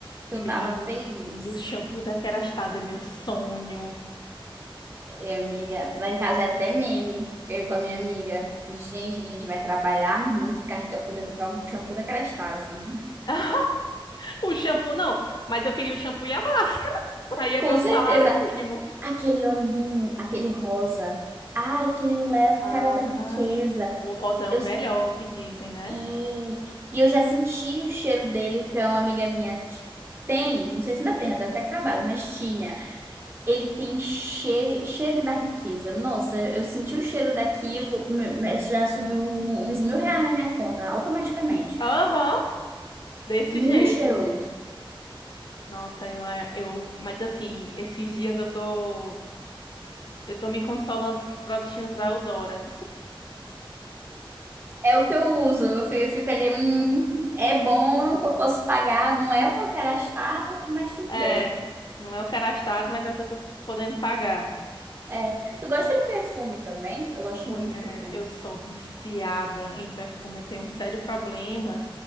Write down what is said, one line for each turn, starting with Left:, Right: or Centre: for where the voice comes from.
Right: que
Left: Meu
Right: eu tava feliz.
Left: Deus, shampoo da Kerastase é meu sonho.
Right: E, amiga, lá em casa é até meme. Eu com a minha amiga, gente, a gente vai trabalhar muito, ficar rica pra poder comprar um shampoo da Kerastase.
Left: <laughs> O shampoo não, mas eu queria o shampoo e a máscara. <laughs> Aí é
Right: Com
Left: meu
Right: certeza.
Left: salário mínimo.
Right: Aquele olhinho, aquele rosa. Ai, aquilo é a
Left: Ah,
Right: cara da riqueza.
Left: o rosa é
Right: Eu,
Left: o melhor que dizem, né?
Right: e, e eu já senti o cheiro dele, que é uma amiga minha ti- tem. Não sei se ainda tem, já deve ter acabado, mas tinha. Ele tem che, cheiro da riqueza. Nossa, eu senti o cheiro daquilo, me- me- já subiu uns mil reais na minha conta, automaticamente.
Left: Aham, desse
Right: Muito
Left: jeito.
Right: cheiroso.
Left: Nossa, eu, é, eu, mas assim, esses dias eu tô Eu tô me consolando com os produtinhos da Eudora.
Right: É o que eu uso. Eu fi- fico ali, hum, é bom que eu posso pagar, não é o que eu quero gastar, mas tudo
Left: É,
Right: bem.
Left: não é o Kerastase, mas é o que eu tô podendo pagar.
Right: É, tu gosta de perfume também? Eu gosto
Left: Mulher,
Right: muito de perfume.
Left: eu sou viciada em perfume. Eu tenho um sério problema